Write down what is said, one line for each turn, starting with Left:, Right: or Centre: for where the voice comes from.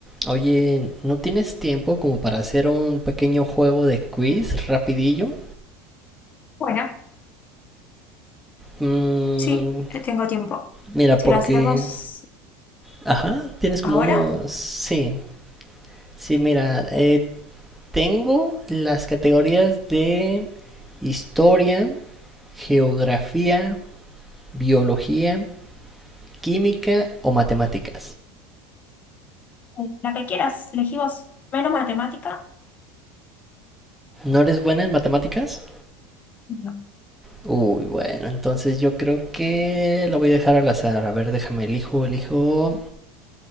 Centre: Oye, ¿no tienes tiempo como para hacer un pequeño juego de quiz rapidillo?
Left: Bueno,
Centre: Mm,
Left: sí, eh, tengo tiempo.
Centre: mira,
Left: Si
Centre: porque...
Left: lo hacemos
Centre: Ajá, tienes como
Left: ahora,
Centre: unos... Sí, sí, mira, eh, tengo las categorías de historia, geografía, biología, química o matemáticas.
Left: Eh, La que quieras, elegí vos. Menos matemática.
Centre: ¿No eres buena en matemáticas?
Left: No.
Centre: Uy, bueno, entonces yo creo que la voy a dejar al azar. A ver, déjame, elijo, elijo...